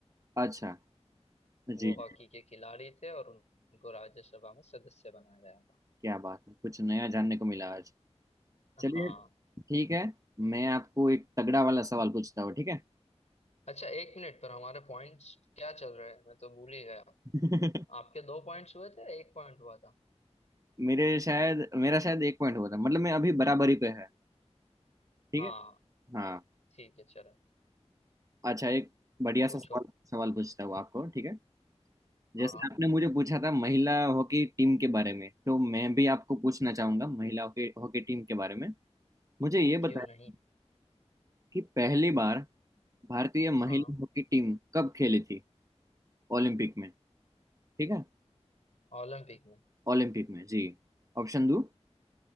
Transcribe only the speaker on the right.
अच्छा
जी
क्या बात है कुछ नया जानने को मिला आज चलिए
ठीक है मैं आपको एक तगड़ा वाला सवाल पूछता हूँ ठीक है
<laughs>
मेरे शायद मेरा शायद एक पॉइंट हुआ था मतलब मैं अभी बराबरी पे है ठीक
है हाँ
अच्छा एक बढ़िया
सा सवाल सवाल पूछता हूँ आपको ठीक है
जैसे आपने मुझे पूछा था महिला हॉकी टीम के बारे में तो मैं भी आपको पूछना चाहूंगा महिला हॉकी हॉकी टीम के बारे में मुझे ये
बताया
कि पहली बार भारतीय महिला
हॉकी टीम कब खेली थी ओलंपिक में ठीक है
ओलंपिक में जी ऑप्शन दो